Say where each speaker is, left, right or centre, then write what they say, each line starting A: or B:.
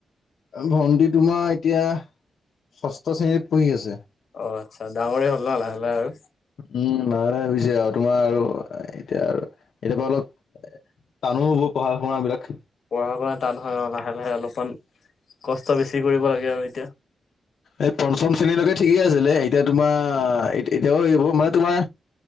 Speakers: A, on the left (about 75°); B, on the left (about 60°).
A: ভণ্টি তোমাৰ এতিয়া ষষ্ঠ শ্ৰেণীত পঢ়ি আছে।
B: অ', আচ্ছা ডাঙৰেই হ'ল ন লাহে লাহে আৰু
A: উম', লালে হৈছে, আৰু তোমাৰ আৰু এতিয়া আৰু এতিাৰ পৰা অলপ টানো হ'ব পঢ়া শুনা বিলাক
B: পঢ়া শুনা টানহয় আৰু লাহে লাহে অলপমান কষ্ট বেছি কৰিব লাগে আৰু এতিয়া
A: এই পঞ্চম শ্ৰেণীলৈকে ঠিকেই আছিলে। এতিয়া তোমাৰ এতিয়াও হে হব মানে তোমাৰ